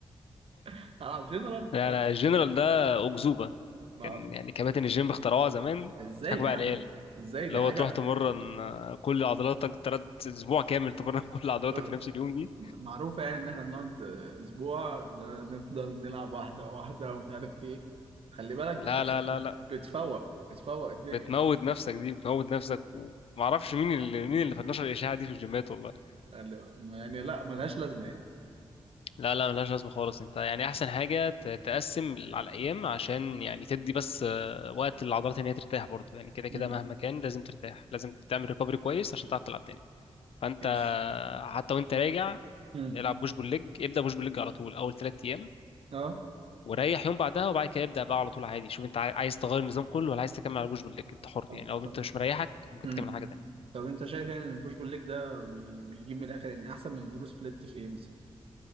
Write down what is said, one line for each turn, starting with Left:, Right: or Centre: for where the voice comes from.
Right: <laughs> العب جنرال
Left: لا
Right: أنا
Left: لا الجنرال ده أكذوبة
Right: ما
Left: كان
Right: اعرف
Left: يعني كباتن الجيم اخترعوها زمان
Right: ازاي
Left: بيضحكوا
Right: يا
Left: بقى
Right: عم
Left: على العيال
Right: ازاي
Left: اللي
Right: دي حاجه
Left: هو تروح تمرن آه، كل عضلاتك تلات أسبوع كامل تمرن <laughs> كل عضلاتك
Right: آه،
Left: في نفس اليوم دي
Right: معروفه يعني ان احنا بنقعد اسبوع نفضل نلعب واحده واحده ومش عارف ايه خلي بالك
Left: لا
Right: بت...
Left: لا لا
Right: بت...
Left: لا
Right: بتفوق بتفوق الدنيا
Left: بتموت نفسك دي بتموت نفسك ومعرفش مين اللي
Right: <laughs>
Left: مين اللي فنشر الإشاعة دي في الجيمات والله
Right: قال لي يعني لا ملهاش لازمه يعني
Left: لا لا ملهاش لازمة خالص انت يعني أحسن حاجة ت- تقسم على الأيام عشان يعني تدي بس آه، وقت للعضلات إن هي ترتاح برضه يعني كده كده
Right: امم
Left: مهما كان لازم ترتاح لازم تعمل ريكفري كويس عشان تعرف تلعب تاني فانت
Right: ماشي
Left: حتى وانت راجع
Right: امم
Left: العب بوش بول ليج ابدا بوش بول ليج على طول اول ثلاث ايام
Right: اه
Left: وريح يوم بعدها وبعد كده ابدا بقى على طول عادي شوف انت عاي- عايز تغير النظام كله ولا عايز تكمل على بوش بول ليج انت حر
Right: طب
Left: يعني لو
Right: طب
Left: انت مش مريحك ممكن
Right: امم
Left: تكمل على حاجه تانية
Right: طب انت شايف يعني ان البوش بول ليج ده بي- بيجيب من الاخر يعني احسن من البرو سبليت في ايه مثلا